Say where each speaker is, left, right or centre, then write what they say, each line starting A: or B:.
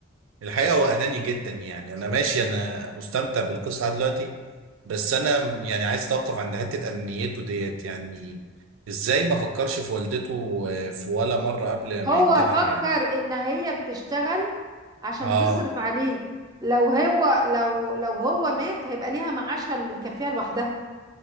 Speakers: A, on the right; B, on the right.
A: الحقيقه هو اناني جدا يعني انا ماشي انا مستمتع بالقصه دلوقتي بس انا يعني عايز اتوقف عند حته انانيته ديت يعني ازاي ما فكرش في والدته آه، في ولا مره قبل
B: هو
A: ما ينتحر
B: فكر
A: يعني
B: ان هي بتشتغل عشان
A: اه
B: تصرف عليه لو هو لو لو هو مات هيبقى ليها معاشها اللي يكفيها لوحدها